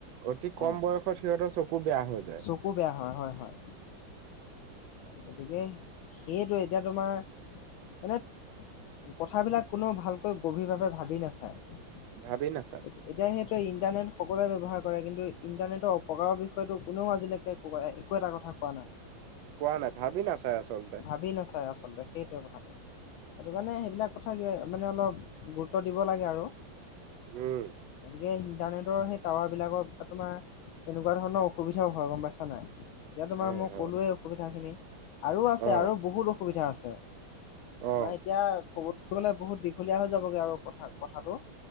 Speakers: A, on the right (about 80°); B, on the left (about 85°).
A: অতি কম
B: অ
A: বয়স সিহঁৰ চকু বেয়া হ'ল।
B: চকু বেয়া হয়, হয়, হয়। গতিকে সেইটোৱে, এতিয়া তোমাৰ মানে কথাবিলাক কোনেও ভালকৈ গভীৰভাৱে ভাবি নাচায়।
A: ভাবি নাচায়।
B: এতিয়া সেইটোৱে ইণ্টাৰনেট সকলোৱে ব্যৱহাৰ কৰে, কিন্তু ইণ্টাৰনেটৰ অপকাৰৰ বিষয়েটো কোনেও আজিলৈকে একো এটা কথা কোৱা নাই।
A: কোৱা নাই, ভাবি নাচায়, আচলতে।
B: ভাবি নাচায় আচলতে, সেইটোৱে কথাটো। সেইটো কাৰণে সেইবিলাক কথা <unintelligible> মানে অলপ গুৰুত্ব দিব লাগে আৰু।
A: উম।
B: গতিকে, ইণ্টাৰনেটৰ সেই টাৱাৰ বিলাকৰ তোমাৰ এনেকুৱা ধৰণৰ অসুবিধাও হয়, গম পাইছা নাই! এতিয়া তোমাক
A: হয়
B: মই
A: হয়
B: ক'লোৱেই অসুবিধা খিনি, আৰু আছে,
A: অ
B: আৰু বহুত অসুবিধা আছে। তোমাৰ
A: অ
B: এতিয়া ক'বলৈ গ'লে বহুত দীঘলীয়া হৈ যাবগে আৰু কথা-কথাটো।